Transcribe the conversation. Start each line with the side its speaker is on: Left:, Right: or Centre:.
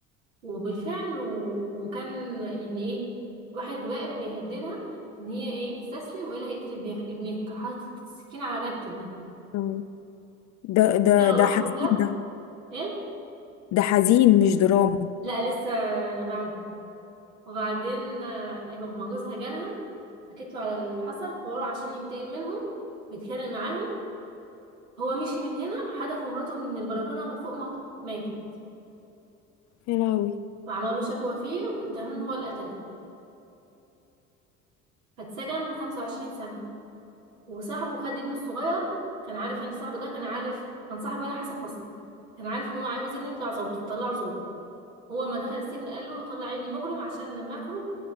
Right: وبالفعل و... وكان يعني ايه واحد واقف بيهددها ان هي ايه تستسلم ولا هيقتل ابنها ابنها كان حاطط السكين على رقبه ابنها
Left: أوه. ده ده
Right: يلا
Left: ده
Right: واحد
Left: حزين
Right: ده
Left: ده
Right: ايه
Left: ده حزين مش دراما
Right: لا لسه بعده وبعدين آه، هما جوزها جالها حكيت له على اللي حصل فهو عشان ينتقم منهم بيتخانق معاهم هو مشي من هنا حدف مراته من البلكونه من فوق ما ماتت
Left: يا لهوي
Right: وعملوا شكوى فيه واتهموه ان هو اللي قتلها فاتسجن 25 سنة وصاحبه خد ابنه الصغير كان عارف يعني صاحبه ده كان عارف كان صاحبه هنا حسن حسني كان عارف ان هو عاوز ابنه يطلع ظابط فطلعه ظابط هو لما دخل السجن قال له طلع ابني مجرم عشان لما يخرج